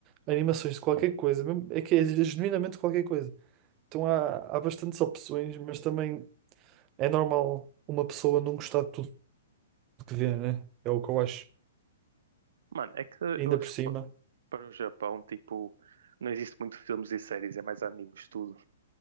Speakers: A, on the right; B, on the right.
A: animações de qualquer coisa, mesmo- é que é genuinamente qualquer coisa. Então há, há bastantes opções, mas também é normal uma pessoa não gostar de tudo que vê, né? É o que eu acho.
B: Mano, é que
A: Ainda
B: eu acho
A: por cima.
B: que pa- para o Japão, tipo, não existe muito filmes e séries, é mais animes, tudo.